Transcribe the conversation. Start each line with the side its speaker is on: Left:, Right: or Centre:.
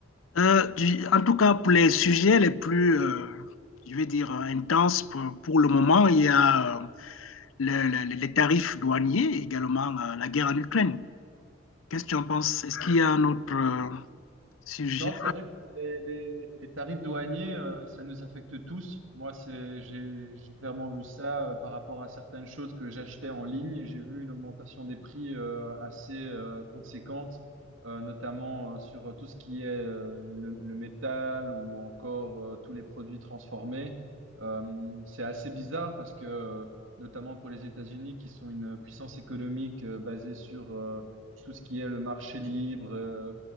Left: Euh, du- en tout cas, pour les sujets les plus, euh, je vais dire, euh, intenses pour, pour le moment, il y a euh, le- le- les tarifs douaniers, également euh, la guerre en Ukraine. Qu'est-ce que tu en penses? Est-ce qu'il y a un autre euh, sujet
Right: Non, c'est vrai que les, les- les tarifs douaniers, euh, ça nous affecte tous. Moi, c'est, j'ai, j'ai clairement vu ça euh, par rapport à certaines choses que j'achetais en ligne. J'ai vu une augmentation des prix euh, assez euh, conséquente, euh, notamment euh, sur euh, tout ce qui est euh, le, le métal ou encore euh, tous les produits transformés. Euh, c'est assez bizarre parce que, euh, notamment pour les États-Unis, qui sont une puissance économique euh, basée sur euh, tout ce qui est le marché libre. euh,